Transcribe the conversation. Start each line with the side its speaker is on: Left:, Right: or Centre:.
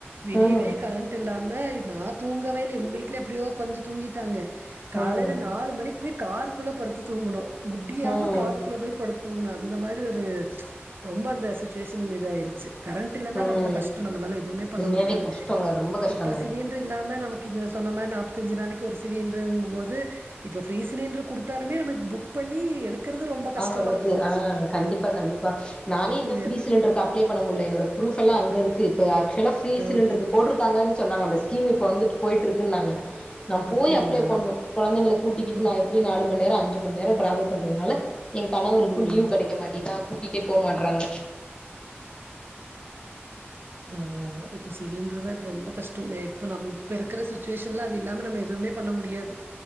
Right: விடிய
Left: ம்
Right: விடிய கரண்ட் இல்லாம வை நா தூங்கவே இல்ல இவுங்க வீட்ல எப்டியோ கொஞ்ச தூங்கிட்டாங்க காலைல
Left: ம்
Right: நாலு மணிக் போய் காரு குள்ள படுத்து தூங்குணோ முடியாம
Left: ம்
Right: காருக் குள்ள போய் உ அந்த மாரி ஒரு ச்ச ரொம்ப அந்த சிச்சுவேஷன் இது ஆயிருச்சு கரண்ட் இல்லன்னா
Left: ம்
Right: ரொம்ப கஷ்டோ நம்மளால எதுமே பண்ண
Left: உண்மையாவே
Right: முடியாது
Left: கஷ்டங்க ரொம்ப கஷ்டங்க
Right: இப்ப சிலிண்ரு இல்லாம நமக் கீத சொன்ன மாரி நாற்பத்தஞ்சு நாளைக்கு ஒரு சிலிண்டங்கு போது இப்ப ஃப்ரி சிலிண்டர் கொடுத்தாலுமே நம புக் பண்ணி எடுக் க்கிருந்து ரொம்ப கஷ்
Left: வரது ஆ கண்டிப்பா கண்டிப்பா நானே இன்னு
Right: இது
Left: ஃப்ரி
Right: எப்ப
Left: சிலிண்டருக்கு அப்ளெ பண்ண முடிய என்னோடரூப் எல்லா அங்க இருக்கு இது ஆக்சுவலா ஃப்ரி சிலிண்டருக்கு
Right: ஓகே
Left: போட்டிருக்காங்கன்னு சொன்னாங் இந்த ஸ்கீம் இப்ப வந்துட்டு போயிட்ருக்குனாங்க நா போய்
Right: அப்டிங்களா
Left: அப்ளே பண்ணெ கொலாந்தைள கூட்டிக்கிட்டு
Right: ஓகே
Left: நா எப்டி நாலு மணி நேரொ அஞ் அஞ்சு மணி நேரொ டிராவல் பண்றதுனால எ கணவருக்கு
Right: ம்
Left: லீவ் கெடைக்க மாட்டிதா கு ட்டே போ மாட்றாங்க
Right: அதாதா இப்ப சிலிண்டர இப்ப ரொம்ப கஷ் இப்ப நெ இப் நம் இருக்கிற சுச்சுவேஷன்ல அது இல்லாம நம் எதுவுமே பண்ண முடியாது